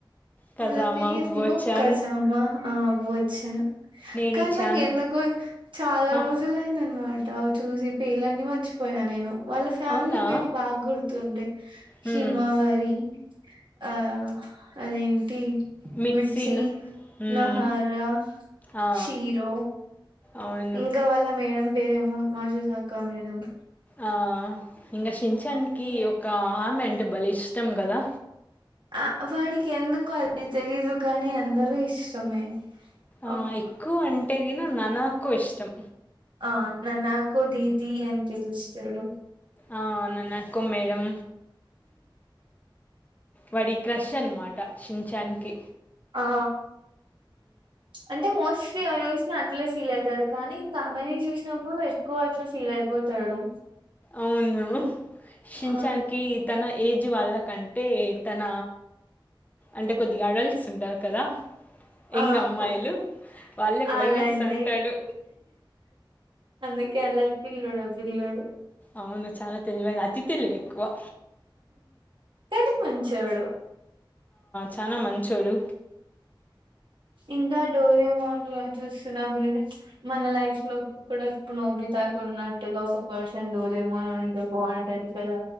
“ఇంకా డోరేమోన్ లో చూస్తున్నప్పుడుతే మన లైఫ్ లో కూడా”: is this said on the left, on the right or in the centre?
Right